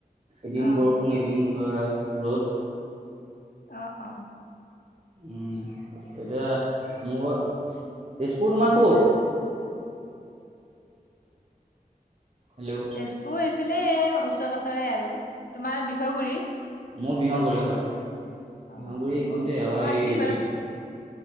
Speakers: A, on the right; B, on the left.
A: এদিন
B: অ',
A: বৰষুণ এদিন অ ৰ'দ।
B: অ', অ'।
A: উম এতিয়া মোৰ ঘৰ, তেজপুৰ তোমাৰ ক'ত? হেল্ল'
B: তেজপুৰ এইফালে ওচৰে পাজৰে আৰু। তোমাৰ বিহগুৰি।
A: মোৰ বিহগুৰি হয়,
B: অ'
A: বিহগুৰি
B: উম,
A: এইকণটে আৰু
B: মই আজি
A: এই
B: বাৰু
A: বিট